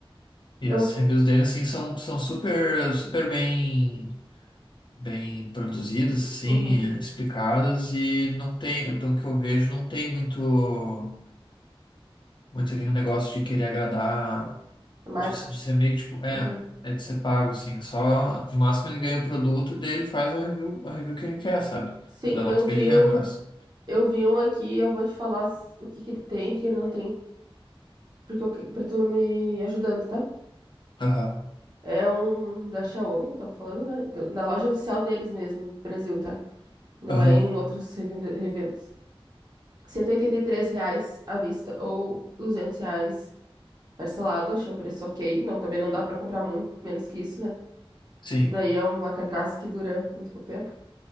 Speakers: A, on the left (about 55°); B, on the right (about 45°).
A: E
B: Eu.
A: as
B: v-
A: reviews dele, assim, são, são super, super bem, bem produzidas, assim,
B: Uhum.
A: explicadas e não tem, pelo que eu vejo, não tem muito, muito aquele negócio de querer agradar
B: Marca.
A: De, de ser meio que, tipo, é,
B: Uhum.
A: é de ser pago, assim. é Só, no máximo ele ganha o produto e daí ele faz a review, a review que ele quer, sabe?
B: Sim,
A: Ele dá a
B: eu
A: nota
B: vi
A: que ele quer,
B: um.
A: no caso.
B: Eu vi um aqui, eu vou te falar s- o que que ele tem, o que ele não tem, porque eu, que- pra tu me ajudando, tá?
A: Aham,
B: É um da Xiaomi que eu tava falando, né? Do- na loja oficial deles mesmo, no Brasil, tá? Não
A: aham,
B: é em outros revende- revendas. R$ 183 reais à vista ou R$ 200 reais parcelado. Achei um preço ok. Não, também não dá pra comprar muito, menos que isso, né?
A: sim,
B: que daí é uma carcaça que dura muito pouco tempo.